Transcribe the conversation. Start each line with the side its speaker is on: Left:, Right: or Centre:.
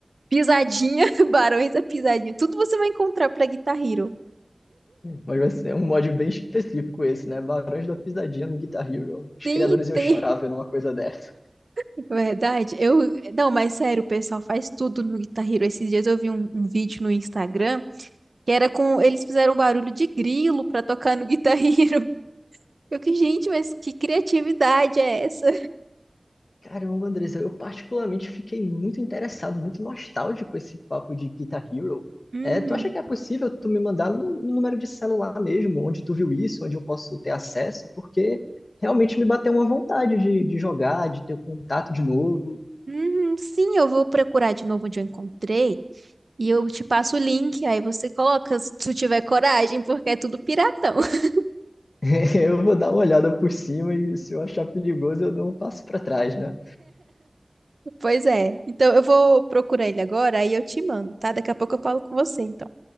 Right: Pisadinha, <laughs> Barões da Pisadinha. Tudo você vai encontrar pra Guitar Hero.
Left: Mas vai ser um mod bem específico esse, né? Barões da Pisadinha no Guitar Hero. Os
Right: Tem,
Left: criadores iam
Right: tem.
Left: chorar vendo uma coisa dessa.
Right: <laughs> Verdade. Eu, não, mas sério, o pessoal faz tudo no Guitar Hero. Esses dias eu vi um, um vídeo no Instagram que era com eles fizeram um barulho de grilo pra tocar no Guitar <laughs> Hero. Eu que, gente, mas que criatividade é essa?
Left: Caramba, Andressa, eu particularmente fiquei muito interessado, muito nostálgico com esse papo de Guitar Hero.
Right: Uhum.
Left: É, tu acha que é possível tu me mandar no, no número de celular mesmo, onde tu viu isso, onde eu posso ter acesso? Porque realmente me bateu uma vontade de, de jogar, de ter contato de novo.
Right: Uhum, sim, eu vou procurar de novo onde eu encontrei. E eu te passo o link, aí você coloca se tu tiver coragem, porque é tudo piratão. <laughs>
Left: <laughs> Eu vou dar uma olhada por cima e se eu achar perigoso, eu dou um passo para trás, né?
Right: Pois é. Então eu vou procurar ele agora, aí eu te mando, tá? Daqui a pouco eu falo com você, então.